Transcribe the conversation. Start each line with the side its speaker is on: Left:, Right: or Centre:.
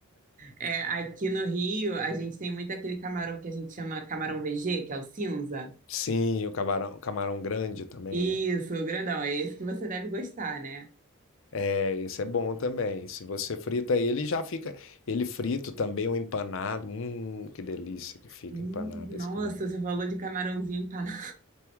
Right: É, aqui no Rio, a gente tem muito aquele camarão que a gente chama camarão VG, que é o cinza.
Left: Sim, o camarão, o camarão grande também,
Right: Isso,
Left: né?
Right: grandão, é esse que você deve gostar, né?
Left: É, esse é bom também. Se você frita ele, já fica. Ele frito também, ou empanado. Hum, que delícia que fica
Right: Hum,
Left: empanado
Right: nossa,
Left: esse camarão.
Right: você falou de camarãozinho empanado.